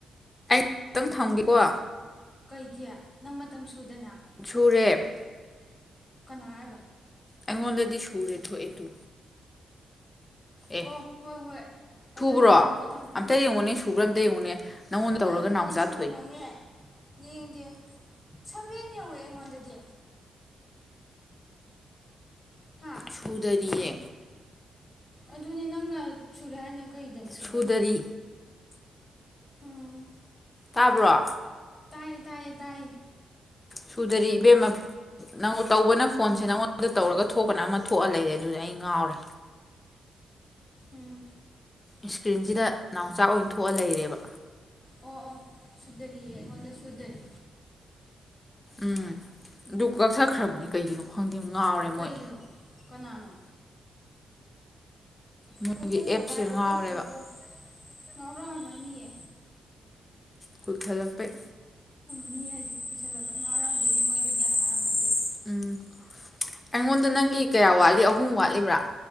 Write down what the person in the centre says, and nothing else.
ꯀꯩꯒꯤꯦ ꯅꯪ ꯃꯇꯝ ꯁꯨꯗꯅ
ꯀꯅꯥ ꯍꯥꯏꯕ
ꯑꯣ ꯍꯣꯏ ꯍꯣꯏ
ꯑꯗꯨꯑꯣꯏꯗꯤ ꯊꯝꯃꯣ ꯊꯝꯃꯣ
ꯑꯩꯒꯤꯗꯗꯤ
ꯁꯨꯔꯝꯃꯣꯏꯍꯦ
ꯌꯦꯡꯒꯦ ꯁꯕꯦꯟ ꯌꯧꯋꯦ ꯑꯩꯉꯣꯟꯗꯗꯤ ꯍꯥ
ꯑꯗꯨꯅꯤ ꯅꯪꯅ ꯁꯨꯔꯦ ꯍꯥꯏꯅ ꯀꯩꯗꯅꯣ
ꯎꯝ
ꯇꯥꯏꯌꯦ ꯇꯥꯏꯌꯦ ꯇꯥꯏꯌꯦ
ꯎꯝ
ꯑꯣ ꯑꯣ ꯁꯨꯗꯔꯤꯌꯦ ꯑꯩꯉꯣꯟꯗ ꯁꯨꯗꯔꯤ
ꯀꯩꯅꯣ
ꯀꯅꯥꯅꯣ
ꯀꯛꯊꯈ꯭ꯔꯕ
ꯍꯥꯏꯕꯣ
ꯀꯛꯇ꯭ꯔꯤꯀꯣ ꯉꯥꯎꯔꯛꯑꯝꯃꯅꯤꯌꯦ
ꯅꯤ ꯍꯥꯏꯁꯦ ꯄꯩꯁꯥꯂꯄ ꯉꯥꯎꯔꯝꯗꯦꯅꯤ ꯃꯣꯏꯗꯨ ꯒ꯭ꯌꯥꯟ ꯇꯥꯔꯝꯣꯏ ꯗ